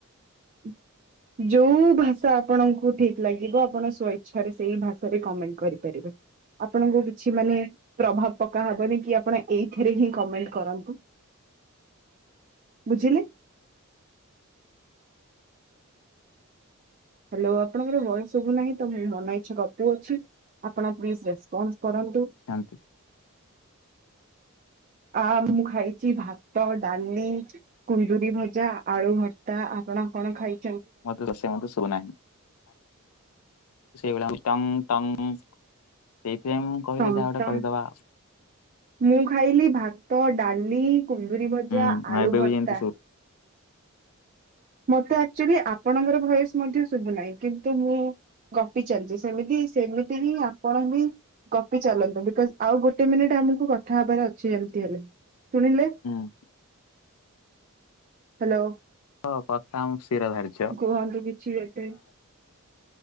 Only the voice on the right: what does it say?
ଉଁ। ଯୋଉ ଭାଷା ଆପଣଙ୍କୁ ଠିକ ଲାଗିବ ଆପଣ ସ୍ଵ ଇଛାରେ ସେଇ ଭାଷାରେ କମେଣ୍ଟ କରିପାରିବେ। ଆପଣଙ୍କୁ କିଛି ମାନେ ପ୍ରଭାବ ପକା ହବନି କି ଆପଣ ଏଇଥିରେ ହିଁ କମେଣ୍ଟ କରନ୍ତୁ।
ବୁଝିଲେ। ହ୍ୟାଲୋ ଆପଣଙ୍କର ଭୟସ ଶୁବୁ ନାହିଁ ତ ମୁ ମନ ଇଚ୍ଛା ଗପୁ ଅଛି। ଆପଣ ପ୍ଲିଜ୍ ରେସ୍ପନ୍ସ କରନ୍ତୁ।
ଆ ମୁଁ ଖାାଇଛି ଭାତ ଡାଲି। କୁନ୍ଦୁରିୀ ଭଜା ଆଳୁ ଭର୍ତ୍ତା ଆପଣ କଣ ଖାଇ
ଟ ଗ
ଟଙ୍ଗ
ମୁଁ ଖାଇଲି ଭାତ ଡାଲି କୁନ୍ଦରିୀ ଭଜା
ଆଳୁ
ଭତ୍ତା।
ମତେ ଆକଚୁଲି ଆପଣଙ୍କର ଭୟସ ମଧ୍ୟ ଶୁଭୁନାହିଁ କିନ୍ତୁ ମୁଁ ଗପି ଚାଲିଛି ସେମିତି ସେମିତି ହିଁ ଆପଣ ହିଁ ଗପି ଚାଲନ୍ତୁ ବିକଜ ଆଉ ଗୋଟେ ମିନିଟ ଆମକୁ କଥା ହବାର ଅଛି ଯେମିତି ହେଲେ ଶୁଣିଲେ।
ହ୍ୟାଲୋ।
କୁହନ୍ତୁ କିଛି ଗୋଟେ